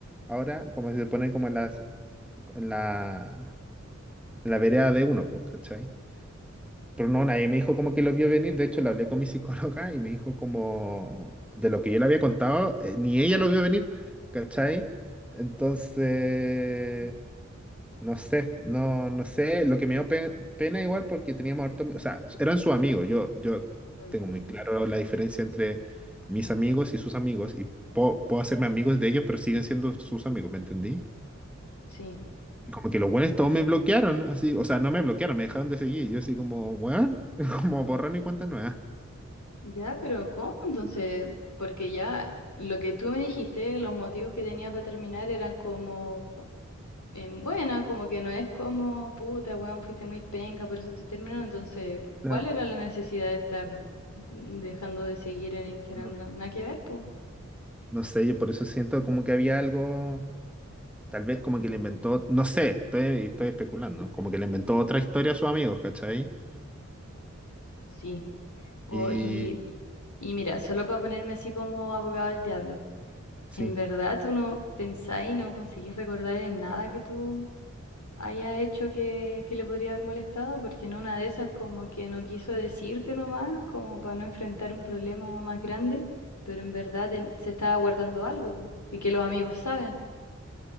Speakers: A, in the centre; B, on the left (about 70°).
A: ahora, como se ponen como en las, en la, en la vereda de uno, pues, ¿cachai? Pero no, nadie me dijo como que lo vio venir, de hecho le hablé con mi psicóloga y me dijo como de lo que yo le había contado, eh, ni ella lo vio venir, ¿cachai? Entonces, no sé, no, no sé, lo que me dio pe- pena igual porque teníamos harto, o sea, eran sus amigos, yo, yo
B: mm,
A: tengo muy claro la diferencia entre mis amigos y sus amigos y puedo, puedo hacerme amigos de ellos, pero siguen siendo sus amigos, ¿me entendí?
B: sí.
A: Y como que los buenos todos me bloquearon, así, o sea, no me bloquearon, me dejaron de seguir, yo así como, weón, <laughs> como borrón y cuenta nueva.
B: Ya, pero ¿cómo? Entonces, porque ya lo que tú me dijiste, los motivos que tenía para terminar eran como em, buena, como que no es como, puta, weón, fuiste muy penca, por eso te terminando. Entonces, ¿cuál
A: Claro,
B: era la necesidad de estar dejando de seguir en Instagram?
A: No,
B: Na- Nada que ver, pues.
A: no sé, yo por eso siento como que había algo, tal vez como que le inventó, no sé, estoy, estoy especulando, como que le inventó otra historia a sus amigos, ¿cachai?
B: Sí. O,
A: Y,
B: y, y mira, solo para ponerme así como abogado del diablo,
A: Sí,
B: ¿en verdad tú no pensás y no conseguís recordar en nada que tú haya hecho que, que le podría haber molestado, porque en una de esas como que no quiso decirte nomás, como para no enfrentar un problema más grande, pero en verdad ten- se estaba guardando algo, po, y que los amigos saben.